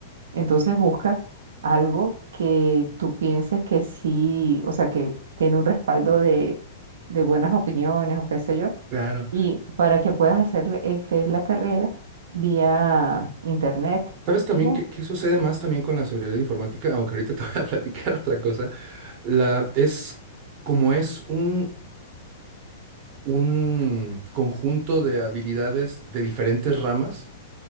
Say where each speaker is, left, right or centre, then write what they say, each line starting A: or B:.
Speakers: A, on the right (about 80°); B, on the right (about 35°).
A: Entonces busca algo que tú pienses que sí, o sea, que tiene un respaldo de, de buenas opiniones o qué sé yo,
B: Claro.
A: y para que puedas hacer este, la carrera vía internet.
B: ¿Sabes también
A: ¿Ve?
B: qué, qué sucede más también con la seguridad informática? Aunque ahorita <laughs> te voy a <laughs> platicar otra cosa. La, es como es un un conjunto de habilidades de diferentes ramas.